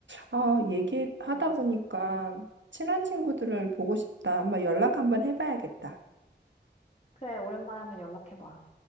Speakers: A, on the right; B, on the left.
A: 아, 얘기하다
B: 맞아.
A: 보니까 친한 친구들을 보고 싶다. 한번 연락 한번 해봐야겠다.
B: 그래, 오랜만에 한번 연락해봐.